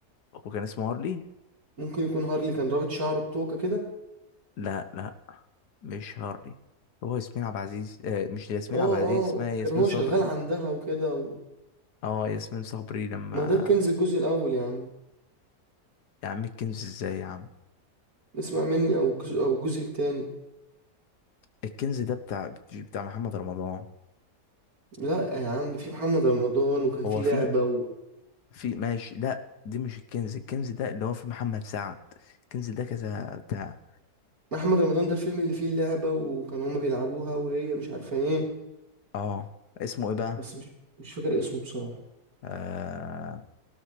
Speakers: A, on the left; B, on the right.
A: هو كان اسمه هارلي
B: ممكن يكون هارلي كان رابط شعره بتوكة كده
A: لا لا مش هارلي هو ياسمين عبد العزيز آه، مش ياسمين
B: اه
A: عبد العزيز
B: اه
A: اسمها ياسمين
B: كان هو
A: صبري
B: شغال عندها وكده و...
A: اه ياسمين صبري لما
B: ما ده الكنز الجزء الأول يا عم
A: يا عم الكنز ازاي يا عم
B: اسمع مني أو الجزء أو الجزء التاني
A: الكنز ده بتاع بتاع محمد رمضان
B: لا يا عم في محمد رمضان وكان في
A: هو في
B: لعبة و...
A: في ماشي لا دي مش الكنز الكنز ده اللي هو في محمد سعد الكنز ده كذا بتاع
B: محمد رمضان ده الفيلم اللي فيه اللعبة وكان هما بيلعبوها وهي مش عارفة ايه
A: اه اسمه ايه بقى
B: بس مش مش فاكر اسمه بصراحة
A: آه